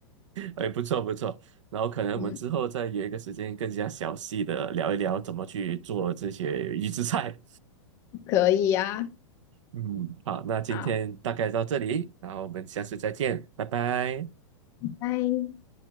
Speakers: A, on the right (about 70°); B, on the left (about 15°).
A: 哎，不错不错。然后可能我们之后再约一个时间，
B: 嗯，
A: 更加详细的聊一聊怎么去做这些预制菜。
B: 可以呀。
A: 嗯，好，那今天大概到这里，
B: 好，
A: 然后我们下次再见，拜拜。
B: 拜。